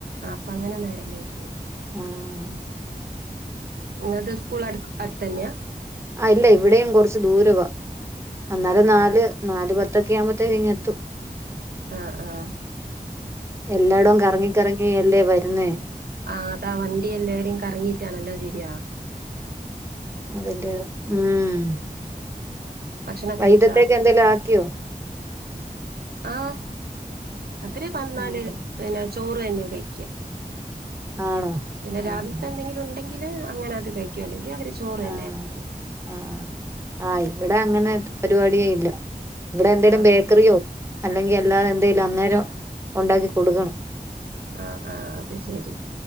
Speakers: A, on the right; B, on the right.
A: ആഹ് അപ്പൊ അങ്ങനെ നേരം വ ഉം
B: ആഹ്.
A: ഇങ്ങട്ട് സ്കൂൾ അടു അടുത്തന്നെ?
B: ആഹ് ഇല്ല ഇവിടെയും കൊറച്ച് ദൂരവാ. എന്നാലും
A: ആഹ്
B: നാല് നാല് പത്ത് ത്തൊക്കെ ആവുമ്പോത്തേക്ക ഇങ്ങ എത്തു
A: ആഹ് ആഹ്.
B: എല്ലായിടും കറങ്ങി കറങ്ങി അല്ലേ വ എത്തുന്നെ.
A: ആഹ് അതാ വണ്ടി എല്ലേടിം കറങ്ങീട്ടാണല്ലോ വരുക.
B: അതിന്റെ ഉം.
A: ഭക്ഷണൊക്കെ
B: വൈകീട്ടത്തേക്ക്
A: കഴിച്ചാ
B: എന്തേങ്കിലും ആക്കിയോ?
A: ആഹ്. രാത്രി വന്നാല്
B: ആഹ്
A: പിന്നെ ചോറ് തന്നെ കഴിക്ക.
B: ആണോ
A: പിന്നെ
B: ആഹ്
A: രാവിലത്തെ എന്തെങ്കിലും ഉണ്ടെങ്ക ല് അങ്ങനെ അത് കഴിക്കുവല്ലേ. അവര് ചോറ് തന്നെയ
B: ആഹ്
A: കഴിക്ക.
B: ആഹ് ആഹ് ഇവിടെ അങ്ങനെത്തെ പരിപാടിയേ ഇല്ല. ഇവിടെ എന്തെലും
A: ആഹ്
B: ബേക്കറിയോ അല്ലെങ്കിൽ അല്ലാതെ എന്തെിലും അന്നേരം ഉണ്ടാക്കി കൊടുക്കണം.
A: ആഹ് ആഹ് അത് ശരി